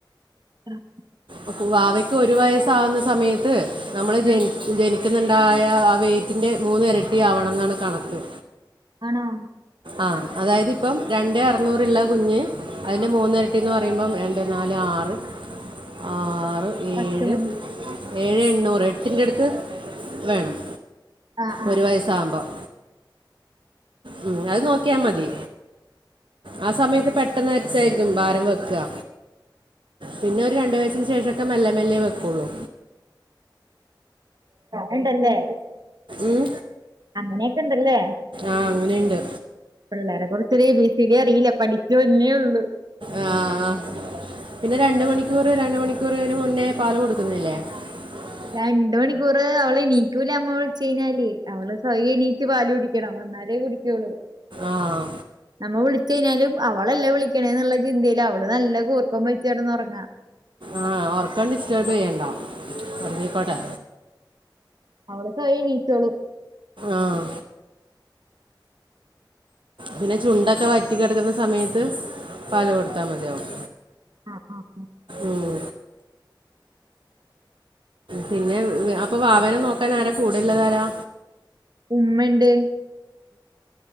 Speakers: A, on the right; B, on the right.
A: <unintelligible>
B: ഓക്കെ വാവയ്ക്ക് ഒരു വയസ് ആവുന്ന സമയത്ത് നമ്മള് ജനി
A: ആ.
B: ജനി ക്ക്‌ന്ന്ണ്ടായ ആ വെയിറ്റിന്റെ മൂന്ന് ഇരട്ടി ആവണം എന്നാണ് കണക്ക്.
A: ആണോ
B: ആഹ് അതായത് ഇപ്പം രണ്ടേ അറന്നൂ- ഇപ്പ ഉള്ള കുഞ്ഞ് അതിന്റെ മൂന്ന് ഇരട്ടീന്ന് പറയുമ്പം രണ്ട്, നാല്, ആറ് ആറ്
A: പത്ത്
B: ഏഴ്
A: മണി
B: ഏഴേ എണ്ണൂറ് എട്ടിൻ്റെ അടുത്ത് വേണം.
A: ആഹ് ആഹ്
B: ഒരു വയസ്സ് ആവുമ്പം ഉം അത് നോക്കിയാ മതി ആ സമയത്ത് പെട്ടെന്ന് അരിച്ചായിരിക്കും ഭാരം വെക്കാ പിന്നെ ഒരു രണ്ടു വയസ്സിന് ശേഷം ഒക്കെ മെല്ലെ മെല്ലേ വെക്കൊള്ളൂ
A: അങ്ങനെ ഇണ്ടല്ലേ
B: ഉം
A: അങ്ങനെ ഒക്കെ ഇണ്ടല്ലേ
B: ആഹ് അങ്ങനെയുണ്ട്
A: പിള്ളേരെ കുറിച്ച് ഒരു എ ബി സി ഡി അറിയില്ല പഠിച്ചു വരുന്നേ ഉള്ളു
B: ആഹ് പിന്നെ രണ്ട് മണിക്കൂറ് രണ്ട് മണിക്കൂർ അതിന് മുന്നേ പാല് കൊട്ക്കുന്നില്ലേ <inaudible>
A: രണ്ട് മണിക്കൂറ് അവള് എനീക്കൂല അമ്മവിളിച്ച് കയിഞ്ഞാല് അവള് സ്വയം എണീറ്റ് പാല് കുടിക്കണം. ഇന്നാലേ കുടിക്ക്യൊള്ളൂ.
B: ആഹ്.
A: നമ്മ വിളിച്ചഴിഞ്ഞാലും അവളല്ല വിളിക്കണേന്നുള്ള ചിന്തയില് അവള് നല്ല കൂർക്കം വലിച്ചടന്ന് ഒറങ്ങാ.
B: ആഹ് ഒറക്കം ഡിസ്റ്റേർബ്യ്യണ്ട ഒർങ്ങിക്കോട്ടെ.
A: അവള് സ്വയം എനീറ്റോളും.
B: ആഹ്. പിന്നെ ചുണ്ടൊക്കെ വറ്റി കെടക്കുന്ന സമയത്ത് പാല് കൊടുത്താ മതിയാവും.
A: ആഹ് ആഹ് ഉം.
B: ഉം. പിന്നെ അപ്പം വാവനെ നോക്കാനാരാ കൂടെള്ളതാരാ.
A: ഉമ്മണ്ട്.